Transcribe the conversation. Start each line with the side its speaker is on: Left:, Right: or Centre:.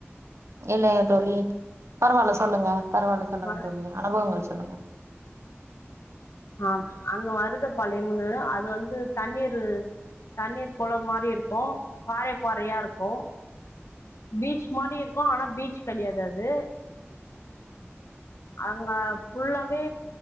Right: இல்லங்க தோழி பரவால்ல சொல்லுங்க பரவால்ல சொல்லுங்க
Left: மரு
Right: தோழி அனுபவங்கள் சொல்லுங்க
Left: ஆம் அங்க வருதப்பாளையம் அது வந்து தண்ணீரூ தண்ணீர் குளம் மாரி இருக்கும் பாறைப்பாறையா இருக்கு பீச் மாரி இருக்கும் ஆனா பீச் கிடையாது அது அங்க புல்லாவே